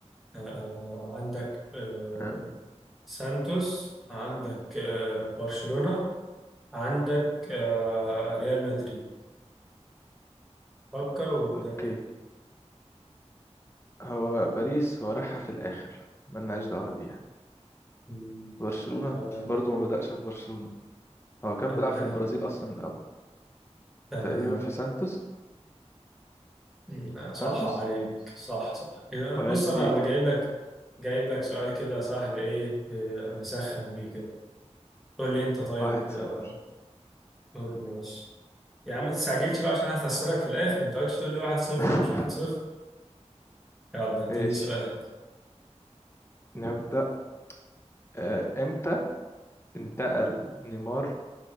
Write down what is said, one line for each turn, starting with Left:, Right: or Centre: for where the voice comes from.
Centre: آه عندك آه
Left: تمام
Centre: سانتوس عندك آه برشلونة عندك آه ريال مدريد فكر وارجع
Left: أوكي هو باريس هو راحها في الآخر ملناش دعوة بيها
Centre: مم.
Left: برشلونة
Centre: تمام
Left: برضو ما بدأش في برشلونة هو كان
Centre: تمام
Left: بيلعب في البرازيل أصلا الأول
Centre: تمام
Left: تقريبا في سانتوس
Centre: مم. آه، صح
Left: سانتوس
Centre: عليك صح صح يعني
Left: وهدي
Centre: بص انا بجايب لك جايب لك سؤال كده سهل ايه آه، نسخن بيه كده قول لي انت طيب
Left: واحد
Centre: آه،
Left: صفر
Centre: قول ماشي يا عم ما تستعجلش بقى عشان هخسرك في الاخر ما تقعدش تقول لي واحد صفر
Left: <laughs>
Centre: ومش واحد صفر يلا اديني
Left: ماشي
Centre: سؤال
Left: نبدأ آه، امتى انتقل نيمار